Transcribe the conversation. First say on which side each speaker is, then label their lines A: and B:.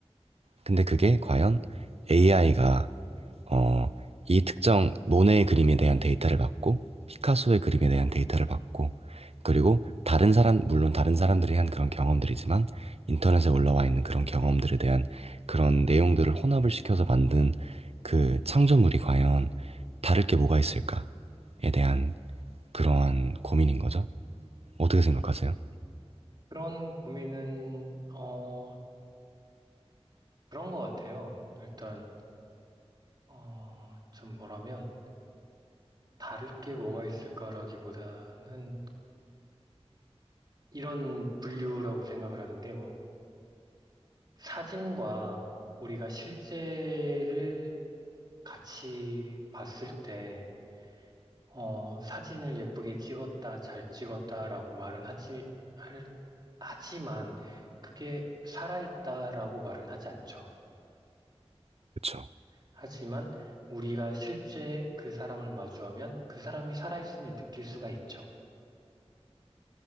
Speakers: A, on the right; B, on the right.
A: 근데 그게 과연 AI가 어, 이 특정 모네의 그림에 대한 데이터를 받고 피카소의 그림에 대한 데이터를 받고 그리고 다른 사람 물론 다른 사람들이 한 그런 경험들이지만 인터넷에 올라와 있는 그런 경험들에 대한 그런 내용들을 혼합을 시켜서 만든 그 창조물이 과연 다를 게 뭐가 있을까에 대한 그러한 고민인 거죠. 어떻게 생각하세요?
B: 그런 고민은 어, 그런 것 같아요. 일단 어, 좀 뭐라면 다를 게 뭐가 있을까라기보다는 이런 분류라고 생각을 하는 게 뭐 사진과 우리가 실제를 같이 봤을 때 어, 사진을 예쁘게 찍었다, 잘 찍었다라고 말은 하지 할- 하지만 그게 살아있다라고 말은 하지 않죠.
A: 그쵸.
B: 하지만 우리가 실제 그 사람을 마주하면 그 사람이 살아있음을 느낄 수가 있죠.